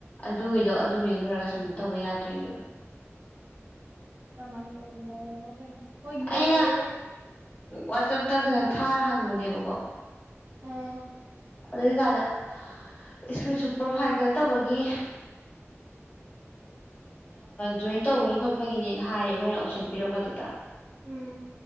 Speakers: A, on the left; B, on the right.
A: ꯑꯗꯨꯒꯤꯗꯣ ꯑꯗꯨꯝ ꯌꯦꯟꯊꯣꯔꯒ ꯁꯝꯃꯤꯠ ꯇꯧꯕ ꯌꯥꯗ꯭ꯔꯔꯤꯅꯦꯕ
B: ꯥꯏ ꯇ ꯍꯣꯏ ꯌꯦ
A: ꯑꯩꯅ
B: ꯂꯩꯦ
A: ꯋꯥꯆꯞꯇ ꯀꯩꯅꯣ ꯊꯥꯔ ꯍꯪꯕꯅꯦꯕꯀꯣ
B: ꯎꯝ
A: ꯑꯗꯨ ꯑꯣꯏꯀꯥꯟꯗ ꯏꯁꯀ꯭ꯔꯤꯟꯁꯨ ꯄ꯭ꯔꯣꯐꯥꯏꯜ ꯀꯩꯅꯣ ꯇꯧꯕꯒꯤ ꯖꯣꯏꯟ ꯇꯧꯕꯒꯤ ꯈꯣꯠꯄꯒꯤꯅꯦꯅ ꯍꯥꯏꯔꯦ ꯃꯣꯏꯅ ꯑꯣꯞꯁꯟ ꯄꯤꯔꯛꯄꯗꯨꯗ
B: ꯎꯝ